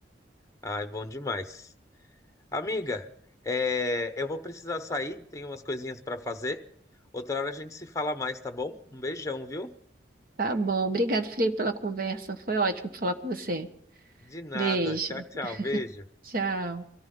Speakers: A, on the left; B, on the right.
A: Ai, bom demais. Amiga, é, eu vou precisar sair, tenho umas coisinhas para fazer. Outra hora a gente se fala mais, tá bom? Um beijão, viu?
B: Tá bom. Obrigado, Felipe, pela conversa. Foi ótimo falar com você.
A: De nada.
B: Beijo.
A: Tchau, tchau. Beijo.
B: Tchau.